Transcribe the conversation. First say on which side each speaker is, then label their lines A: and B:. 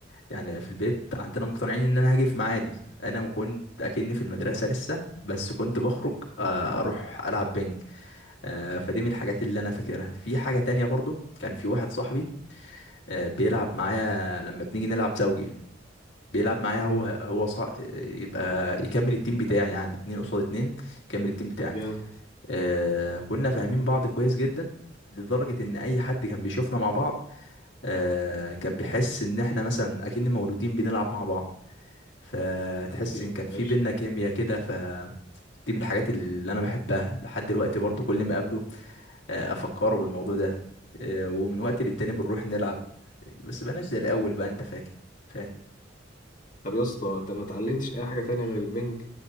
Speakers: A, on the left; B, on the left.
A: يعني في البيت عندنا مقتنعين ان انا هاجي في ميعادي انا ما كنت اكني في المدرسه لسه بس كنت بخرج آه، اروح العب بنج آه، فدي من الحاجات اللي انا فاكرها في حاجه تانية برضو كان في واحد صاحبي آه، بيلعب معايا لما بنيجي نلعب زوجي بيلعب معايا
B: امم
A: هو هو صع... يبقى يكمل التيم بتاعي يعني اتنين قصاد اتنين يكمل التيم بتاعي
B: جامد
A: آه كنا فاهمين بعض كويس جدا لدرجة ان اي حد كان بيشوفنا مع بعض آه كان بيحس ان احنا مثلا اكن مولودين بنلعب مع بعض فتحس
B: جامد
A: ان كان في
B: فشخ
A: بينا كيمياء كده ف دي من الحاجات اللي انا بحبها لحد دلوقتي برضو كل ما اقابله آه افكره بالموضوع ده آه ومن وقت للتاني بنروح نلعب بس بقناش زي الاول بقى انت فاكر فاهم
B: طب يا اسطى انت ما اتعلمتش اي حاجه تانية غير البنج